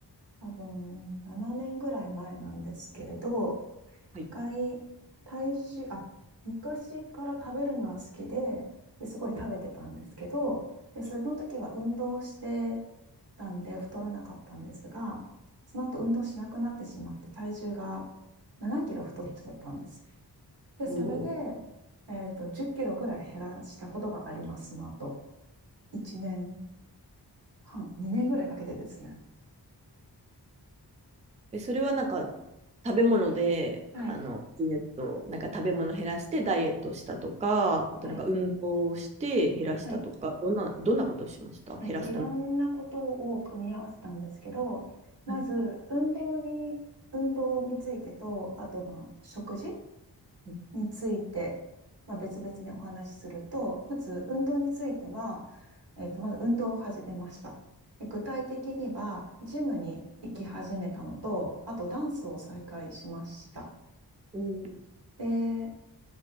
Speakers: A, on the right; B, on the right.
A: 多分7年ぐらい前なんですけれど、
B: はい。
A: 一回、体重、あ、昔から食べるのは好きで、で、すごい食べてたんですけど、
B: うん
A: で、その時は運動してたんで太らなかったんですが、その後運動しなくなってしまって体重が7キロ太っちゃったんですで、それで、
B: おー
A: えっと、10キロぐらい減らしたことがあります、その後。1年半、2年ぐらいかけてですね。
B: え、それはなんか、食べ物で、
A: はい、
B: あの、ダイエット、なんか食べ物減らしてダイエットしたとか、あとなんか運動をして減らしたとか、
A: はい、はい。
B: どんな、どんなことをしました減らすため。
A: えっと、いろんなことを組み合わせたんですけど、まず、
B: は
A: 運動に、運動についてと、あと、まあ、食事
B: い。
A: について、まあ、別々にお話しすると、まず運動については、えっと、まず運動を始めました。で、具体的には、ジムに行き始めたのと、あとダンスを再開しました。
B: おー
A: で、